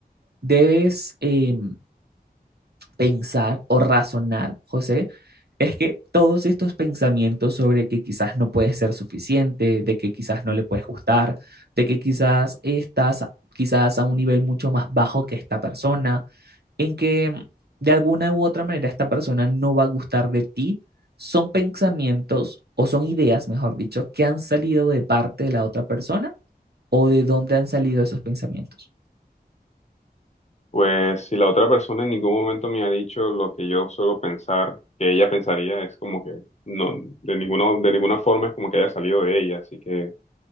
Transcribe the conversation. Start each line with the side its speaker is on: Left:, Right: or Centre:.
Right: debes eh, pensar o razonar, José, es que todos estos pensamientos sobre que quizás no puedes ser suficiente, de que quizás no le puedes gustar, de que quizás estás quizás a un nivel mucho más bajo que esta persona, en que em, de alguna u otra manera esta persona no va a gustar de ti, son pensamientos o son ideas, mejor dicho, que han salido de parte de la otra persona o de dónde han salido esos pensamientos.
Left: Pues si la otra persona en ningún momento me ha dicho lo que yo suelo pensar, que ella pensaría, es como que no, de ninguna, de ninguna forma es como que haya salido de ella, así que